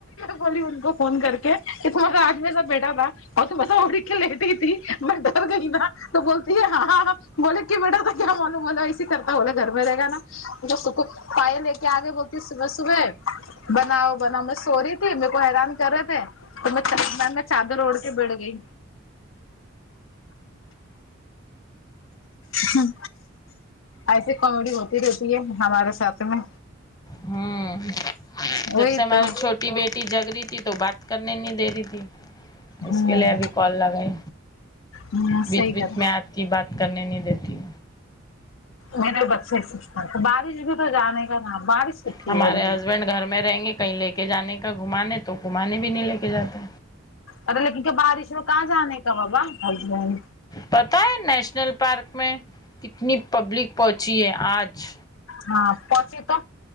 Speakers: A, on the left; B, on the left.
A: بولی ان کو فون کر کے کہ تمہا را آدمی ایسا بیٹھا تھا اور تم ایسا اڑھ کے لیٹی تھی میں ڈر گئی نا تو بولتی ہے ہاں ہاں ہاں بولے کہ بیٹا تو کیا معلوم بولا ایسی کرتا بولے گھر میں رہے گا نا پائے لے کے آگے بولتی صبح صبح بناؤ بناؤ میں سوری تھی میرے کو حیران کر رہے تھے تو میں چا میں چادر اوڑھ کے بیٹھ گئی ہوں ایسی کامیڈی ہوتی رہتی ہے ہمارے ساتھ میں
B: ہوں جب
A: وہی
B: سے ہماری
A: تو
B: چھوٹی بیٹی جگ رہی تھی تو بات کرنے نہیں دے رہی تھی اس
A: ہوں
B: کے لیے ابھی کال لگای
A: ہوں
B: بیچ
A: صحیح
B: بیچ
A: کر
B: میں آتی بات کرنے نہیں دیتی
A: میرے بچے ایسیچ کرتے بارش بھی تو جانے کا تھا بارش کتنی
B: ہمارے
A: ہو رہی
B: ہسبینڈ
A: ہے
B: گھر میں رہیں گے کہیں لے کے جانے کا گھمانے تو گھمانے بھی نہیں لے کے جاتا
A: ارے لیکن کیا بارش میں کہاں جانے کا بابا ہسبنڈ
B: پتہ ہے نیشنل پارک میں کتنی پبلک پہنچی ہے آج
A: ہاں پہنچی تو